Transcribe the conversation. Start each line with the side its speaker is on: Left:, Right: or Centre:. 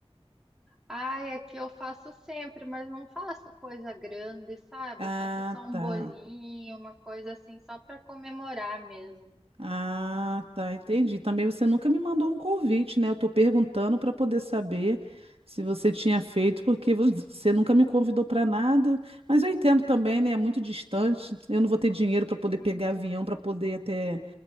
Centre: Ai, aqui eu faço sempre, mas não faço coisa grande, sabe?
Right: Ah,
Centre: Faço só um
Right: tá.
Centre: bolinho, uma coisa assim, só para comemorar mesmo.
Right: Ah, tá, entendi. Também você nunca me mandou um convite, né? Eu tô perguntando para poder saber se você tinha feito, porque vo- você nunca me convidou para nada. Mas eu entendo também, né? É muito distante. Eu não vou ter dinheiro para poder
Centre: Muito.
Right: pegar avião, para poder ir até